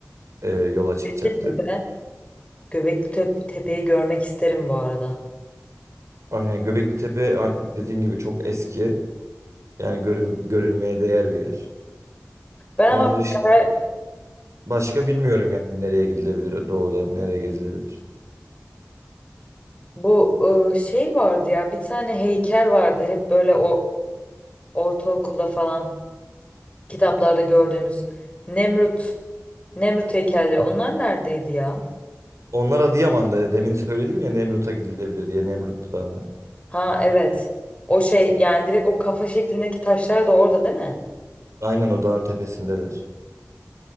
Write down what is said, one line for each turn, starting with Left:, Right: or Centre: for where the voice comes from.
Right: ee, yola çıkacaktık.
Left: Göbekli Tepe. Göbekli Tep- Tepe'yi görmek isterim bu arada.
Right: Aynen Göbekli Tepe a- dediğim gibi çok eski. Yani görül- görülmeye değer bir yer.
Left: Ben
Right: Onun
Left: ama böyle
Right: dışı
Left: hayal-
Right: başka bilmiyorum yani nereye gidilebilir doğuda, nereye gezilebilir.
Left: bu ıı, şey vardı ya bir tane heykel vardı hep böyle o ortaokulda falan kitaplarda gördüğümüz Nemrut Nemrut heykelleri onlar neredeydi ya?
Right: Onlar Adıyaman'da. Demin söyledim ya Nemrut'a gidilebilir diye Nemrut Dağı'na.
Left: Ha evet. O şey yani direkt o kafa şeklindeki taşlar da orada değil mi?
Right: Aynen o dağın tepesindeler.